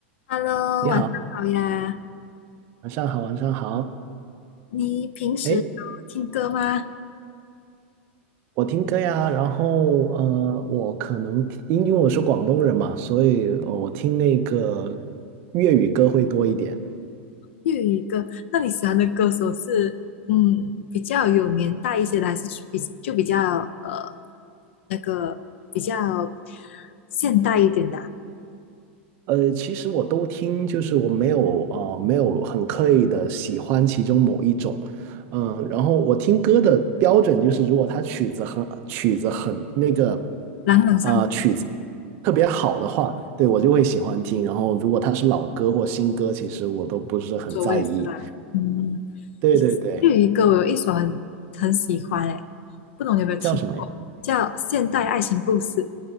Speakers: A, on the left; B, on the right.
A: Hello，
B: 你好，
A: 晚上好呀。
B: 晚上好，晚上好。
A: 你平时有听歌吗？
B: 哎，我听歌呀，然后呃，我可能听因为我是广东人嘛，所以呃我听那个粤语歌会多一点。
A: 粤语歌？那你喜欢的歌手是嗯比较有年代一些的，还是比就比较呃那个比较现代一点的啊
B: 呃，其实我都听，就是我没有呃没有很刻意的喜欢其中某一种，嗯、然后我听歌的标准就是，如果它曲子很曲子很那个
A: 朗朗上口
B: 呃曲子特别好的话，对我就会喜欢听。然后如果它是老歌或新歌，其实我都不是很在意。
A: 所谓是吧？嗯，
B: 对对对，
A: 粤语歌我有一首很很喜欢诶，不懂你有没有听过？
B: 叫什么呀？
A: 叫《现代爱情故事》，